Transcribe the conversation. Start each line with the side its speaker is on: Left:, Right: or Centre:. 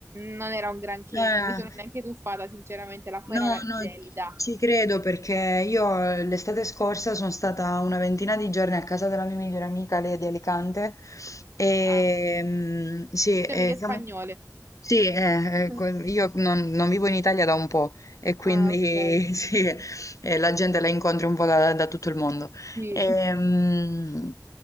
Right: non era un granché,
Left: Eh,
Right: non mi sono neanche tuffata, sinceramente, l'acqua
Left: No,
Right: era ver-
Left: no,
Right: gelida.
Left: ci credo perché io eh, l'estate scorsa sono stata una ventina di giorni a casa della mia migliore amica, lei è di Alicante, e
Right: Ah,
Left: mm, sì, e
Right: temi che
Left: siamo...
Right: spagnole.
Left: Sì, eh, eh,
Right: <laughs>
Left: co- io non, non vivo in Italia da un po' e quindi
Right: Ah, ok,
Left: <laughs> sì, eh, la gente la incontri un po' da, da tutto il mondo.
Right: sì.
Left: E, mm,